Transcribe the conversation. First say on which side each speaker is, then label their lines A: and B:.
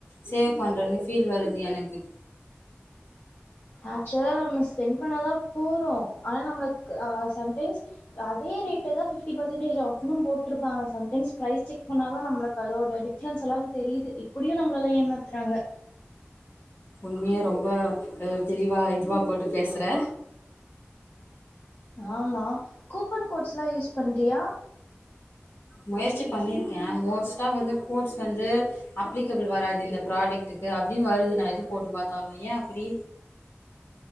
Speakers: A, on the left; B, on the left.
A: சேவ் பண்றேன்னு ஃபீல் வருது எனக்கு
B: அக்ச்சுவல்லா நம்ம ஸ்பென்ட் பண்ணாதா போறோ ஆனா நம்மலுக் சம்டைம்ஸ் அதே ரேட்டதா ஃபிட்டி பெர்செண்டேஜ் ஆஃப்ன்னு போட்டுருப்பாங்க சம்டைம்ஸ் ப்றைஸ் செக் பண்ணாதா நம்மலுக்கு அதோட டிஃப்ரன்ஸ் எல்லா தெரியுது இப்படியு நம்ம எல்லா ஏமாத்துறாங்க
A: உண்மையே ரொம்ப தெளிவா இதுவா போட்டு பேசுறே
B: ஆமா கூப்பன் கோட்ஸ் எல்லா யூஸ் பண்றியா
A: முயற்சி பண்ணிருக்கே மோஸ்ட்டா வந்து கோட்ஸ் வந்து அப்ளி அப்ளிகேபிள் வராது இந்த ப்ராடக்டுக்கு அ திடிர்னு வருது நா எது போட்டு பாத் த்தாலு ஏயா அப்படி